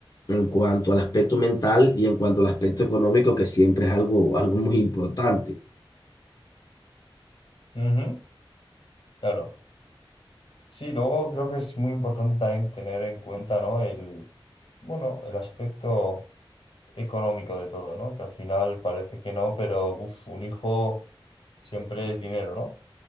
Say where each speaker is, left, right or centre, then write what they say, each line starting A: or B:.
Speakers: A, on the left; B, on the left.
A: en cuanto al aspecto mental y en cuanto al aspecto económico, que siempre es algo, algo muy importante.
B: Ujú, Claro. Sí, luego creo que es muy importante también tener en cuenta, ¿no? El, bueno, el aspecto económico de todo, ¿no? Que al final parece que no, pero uf, un hijo siempre es dinero, ¿no?